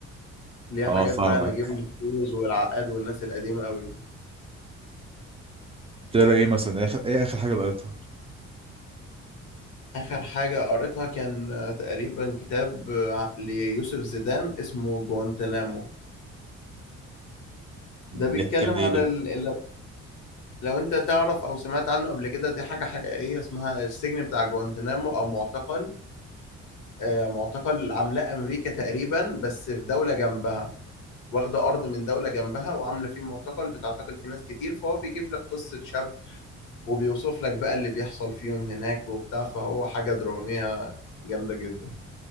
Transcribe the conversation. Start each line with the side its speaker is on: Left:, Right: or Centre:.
Left: اللي هي
Right: اه
Left: حاجات
Right: فاهمك
Left: بقى نجيب محفوظ والعقاد والناس القديمة أوي دي.
Right: بتقرا ايه مثلا اخر ايه اخر حاجه قريتها
Left: آخر حاجة قريتها كان تقريبًا كتاب ع ليوسف زيدان اسمه جوانتانامو،
Right: أمم،
Left: ده بيتكلم
Right: بيحكي عن ايه
Left: عن
Right: ده
Left: ال ال لو أنت تعرف أو سمعت عنه قبل كده، دي حاجة حقيقية اسمها السجن بتاع جوانتانامو أو معتقل آآ، معتقل عاملاه أمريكا تقريبًا، بس في دولة جنبها، واخدة أرض من دولة جنبها وعاملة فيه معتقل بتعتقل فيه ناس كتير، فهو بيجيب لك قصة شاب وبيوصف لك بقى اللي بيحصل فيهم هناك وبتاع، فهو حاجة درامية جامدة جدًا.